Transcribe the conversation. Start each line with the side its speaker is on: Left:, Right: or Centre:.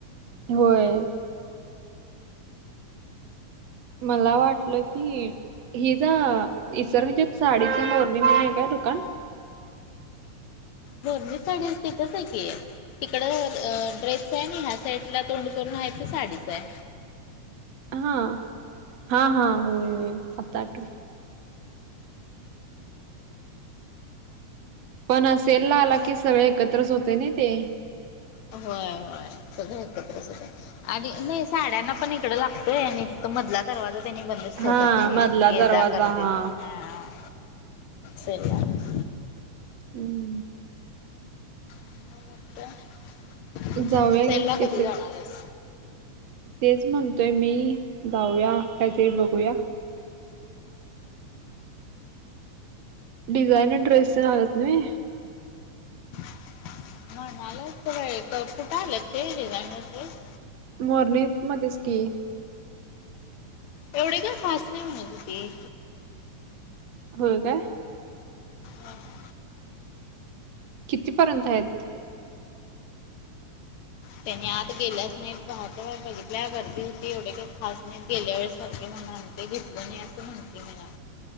Right: होय. मला वाटल की हिचा इसर म्हणजे साडीच मोरणी म्हणून आहे काय दुकान.
Left: मोरणी साडी तिथच आहे की. तिकड अ ड्रेस आहे. आणि ह्या साईडला तोंड करून आहे ते साडीच आहे.
Right: हा हा हा होय होय आता आठवल. पण सेल लावला
Left: मला
Right: की सगळे एकत्रच होते ना ते.
Left: होय होय सगळे एकत्रच होत. आणि नाही साड्यांना पण इकड लागतोय. आणि तिथ मधला दरवाजा त्यांनी बंद होतात
Right: हा
Left: नाही
Right: मधला
Left: ये
Right: दरवाजा
Left: जा करू देत.
Right: हा
Left: हा सेल लागला
Right: हम्म
Left: <unintelligible>
Right: जाऊया
Left: सेलला
Right: की तिथले
Left: कधी जाणार आहेस?
Right: तेच म्हणतोय मी. जाऊया काहीतरी बघूया. डिझाईन ड्रेस हवेत मी.
Left: म्हण आलाच त कुठे आलंत ते डिझाईनर ड्रेस.
Right: मोरनी मध्येच की.
Left: एवढे काही खास नाही म्हणे तीथे.
Right: होय काय.
Left: हम्म
Right: कितीपर्यंत आहेत.
Left: त्यांनी आत गेल्यास नाहीत. पाहत बघितल्या गर्दी होती. एवढे काही खास नाहीत. गेल्या वेळेसारखे म्हणून आण ते घेतलं नाही असं म्हटली मला.